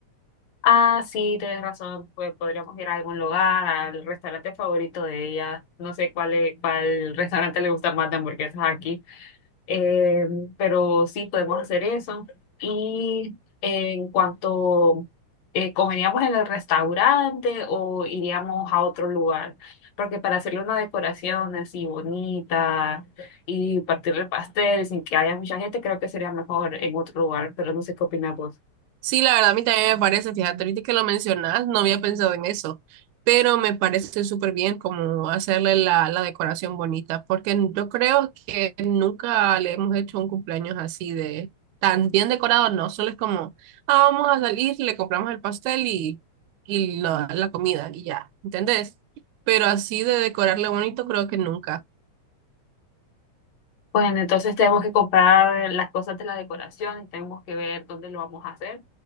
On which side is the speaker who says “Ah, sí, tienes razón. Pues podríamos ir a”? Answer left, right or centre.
Left